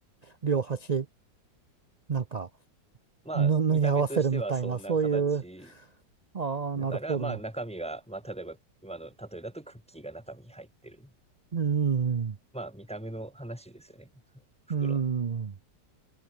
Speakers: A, on the right (about 50°); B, in the centre.
A: 両端、なんか、
B: <laughs> まあ見た目としてはそんな形
A: ぬ、縫い合わせるみたいな、そういう、ああ、
B: だから、
A: なるほど。
B: まあ中身が、まあ例えば今の例えだとクッキーが中身に入ってる。
A: うーん、
B: まあ見た目の話ですよね。袋の。
A: うーん、